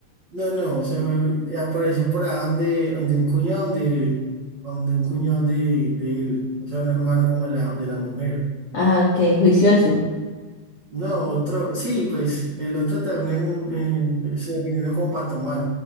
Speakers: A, on the right; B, on the left.
A: no, no, se fue, apareció por ahí donde, donde un cuñado, donde, donde un cuñado de, de él, o sea, un hermano como de la, de la mujer.
B: Ah, ok, juicioso.
A: No, otro, sí, pues el otro también es un, eh, se reunieron como para tomar,